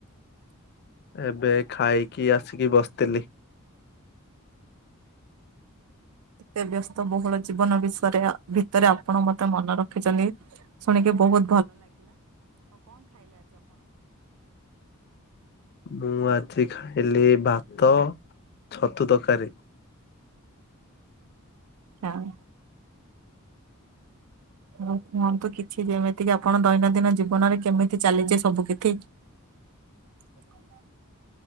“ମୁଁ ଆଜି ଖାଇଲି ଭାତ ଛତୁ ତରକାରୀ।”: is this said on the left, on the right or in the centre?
Left